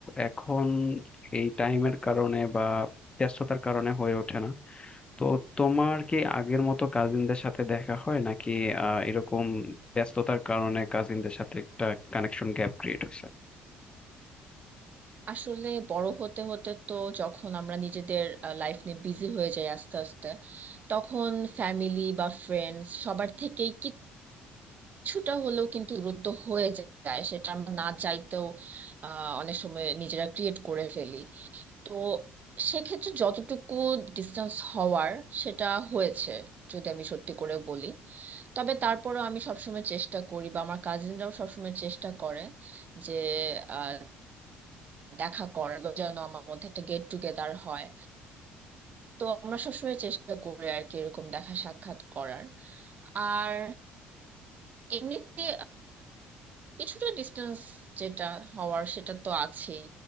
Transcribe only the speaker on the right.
আসলে বড় হতে হতে তো যখন আমরা নিজেদের লাইফ নিয়ে বিজি হয়ে যাই আস্তে আস্তে তখন ফ্যামিলি বা ফ্রেন্ডস সবার থেকেই কিছুটা হলেও কিন্তু দূরত্ব হয়ে যায় সেটা আমরা না চাইতেও আহ অনেক সময় নিজেরা ক্রিয়েট করে ফেলি তো সেক্ষেত্রে যতটুকু ডিস্টেন্স হওয়ার সেটা হয়েছে যদি আমি সত্যি করে বলি তবে তারপরেও আমি সবসময় চেষ্টা করি বা আমার কাজিনরাও সবসময় চেষ্টা করে যে আহ, দেখা করার বা যেন আমার মধ্যে একটা গেট টুগেদার হয় তো আমরা সবসময় চেষ্টা করি আর কি এরকম দেখা সাক্ষাৎ করার আর এমনিতে কিছুটা ডিস্টেন্স যেটা হওয়ার সেটা তো আছেই